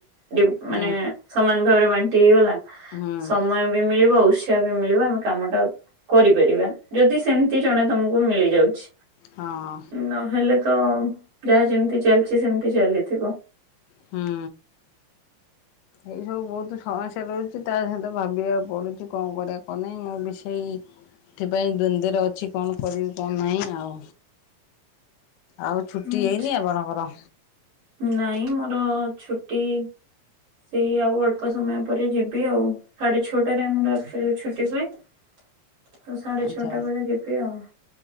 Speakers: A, on the right; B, on the left.
A: ଡିଵ ମାନେ
B: ହୁଁ
A: ସମାନ ଭାବରେ ବାଣ୍ଟି ହେଇଗଲା
B: ହୁଁ
A: ସମୟ ବି ମିଳିବ ଉ ଠିବାପାଇ ମିଳିବ ଆମେ କାମ ଟା କରିପାରିବା ଯଦି ସେମତି ଜଣେ ତମକୁ ମିଳିଯାଉଛି।
B: ହଁ।
A: ନହେଲେ ତ ଯାହା ଯେମିତି ଚାଲିଛି ସେମିତି ଚାଲିଥିବ।
B: ହୁଁ। ଏଇ ସବୁ ବହୁତ ସମସ୍ୟା ରହୁଛି ତା ସହିତ ଭାବିବାକୁ ପଡୁଛି କଣ କରିବା କଣ ନାହିଁ ମୁଁ ବି ସେଇ ଏଥିପାଇଁ ଦ୍ୱନ୍ଦରେ ଅଛି କଣ କରିବି କଣ ନାହିଁ ଆଉ। ଆଉ ଛୁଟି
A: ଆଚ୍ଛା।
B: ହେଇନି ଆପଣଙ୍କର?
A: ନାଇଁ ମୋର ଛୁଟି ସେଇ ଆଉ ଅଳ୍ପ ସମୟ ପରେ ଯିବି ଆଉ ସାଢେ ଛଅଟାରେ ଆମର ଆକ୍ଟୁଆଲୀ ଛୁଟି ହୁଏ। ତ ସାଢେ
B: ଆଚ୍ଛା
A: ଛ ଟା ବେଳେ ଯିବି ଆଉ।